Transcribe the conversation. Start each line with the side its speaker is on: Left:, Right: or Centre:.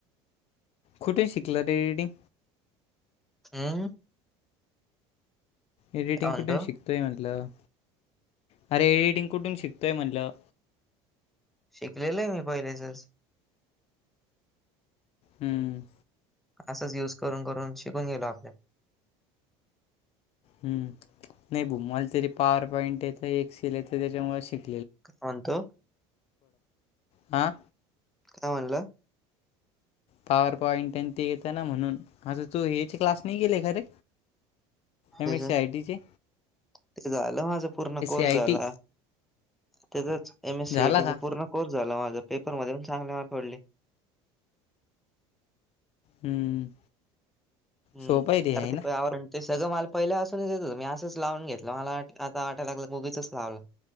Left: कुठे शिकला रे <unintelligible>
Centre: हम्म
Left: एडिटिंग
Centre: काय म्हणतो?
Left: कुठून शिकतोय म्हटलं अरे एडिटिंग कुठून शिकतोय म्हनलं?
Centre: शिकलेलं आहे मी पहिलेचच
Left: हम्म
Centre: असंच यूज करून करून शिकून गेलो आपण
Left: हम्म नाही बु मला तरी पॉवर पॉईंट येतं, एक्सेल येतं त्याच्यामुळे शिक
Centre: काय म्हणतो
Left: हां
Centre: काय म्हणल?
Left: पॉवर पॉइंट तेन ते येत ना म्हणून आता तू हेचे क्लास नाही गेले का रे
Centre: त्याच
Left: एम एस सी आय टी चे
Centre: ते झालं माझ पूर्ण कोर्स
Left: आय
Centre: झाला.
Left: टी
Centre: त्याचाच एम एस
Left: झाला
Centre: सीआयटीचा
Left: का
Centre: पूर्ण कोर्स झाला माझा पेपर मध्ये पण चांगले मार्क पडले.
Left: हम्म
Centre: हम्म
Left: सोपं आहे आहे
Centre: आर
Left: ना
Centre: ते आवर ते सगळं मला पहिल्या असूनच येत मी असंच लावून घेतलं मला आता वाटाय लागलं क उगीच लावलं.